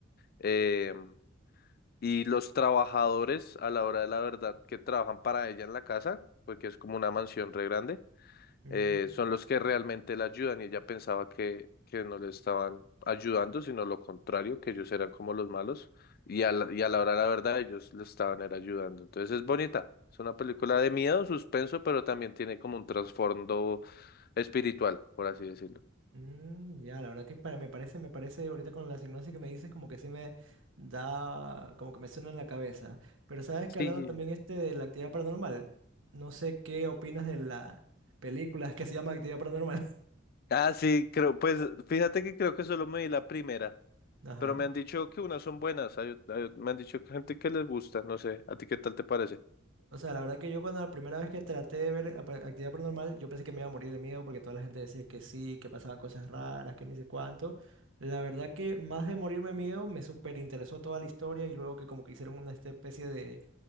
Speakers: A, on the left; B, on the right.
A: eh, y los trabajadores, a la hora de la verdad, que trabajan para ella en la casa, porque es como una mansión re grande,
B: Mm,
A: eh, son los que realmente la ayudan. Y ella pensaba que, que no le estaban ayudando, sino lo contrario, que ellos eran como los malos. Y a la, y a la hora de la verdad, ellos le estaban era ayudando. Entonces es bonita. Es una película de miedo, suspenso, pero también tiene como un trasfondo espiritual, por así decirlo.
B: Mm, ya, la verdad que para- me parece, me parece ahorita con la hipnosis que me dices como que sí me da, como que me suena en la cabeza. Pero sabes
A: Sí.
B: que hablando también este de la actividad paranormal, no sé qué opinas de la película que se llama Actividad Paranormal. <laughs>
A: Ah, sí, creo, pues fíjate que creo que solo me vi la primera.
B: Ajá.
A: Pero me han dicho que unas son buenas, hay ot- hay ot- me han dicho que gente que les gusta, no sé, ¿a ti qué tal te parece?
B: O sea, la verdad que yo cuando la primera vez que traté de ver la pa- actividad paranormal, yo pensé que me iba a morir de miedo porque toda la gente decía que sí, que pasaban cosas raras, que ni sé cuánto. La verdad que más de morirme de miedo, me súper interesó toda la historia y luego que como que hicieron una especie de